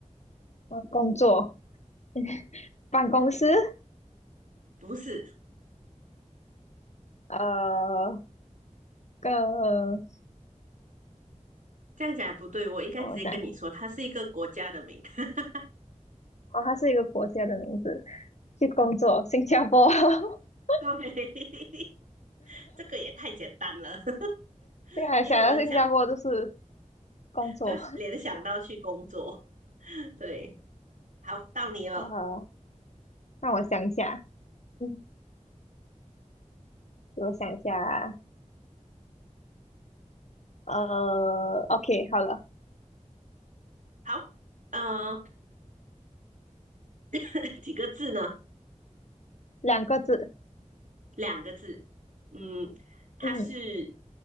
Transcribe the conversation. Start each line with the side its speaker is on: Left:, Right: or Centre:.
Left: 呃，工作、<laughs> 办公室，
Right: 不是，
Left: 呃，个
Right: 这样讲也不对，我应该直接跟你说，
Left: 啊，我想想，
Right: 它是一个国家的名。<laughs>
Left: 哦，它是一个国家的名字。去工作，新加坡。<laughs>
Right: 对，<laughs> 这个也太简单了，<laughs>
Left: 对啊，
Right: 因为我很想
Left: 想到新加坡就是工作。
Right: 就联想到去工作。对，好，到你了。
Left: 呃，让我想一下，嗯，我想一下啊，呃，OK，好了，
Right: 好，呃，<laughs> 几个字呢？
Left: 两个字，
Right: 两个字。嗯，它是
Left: 嗯，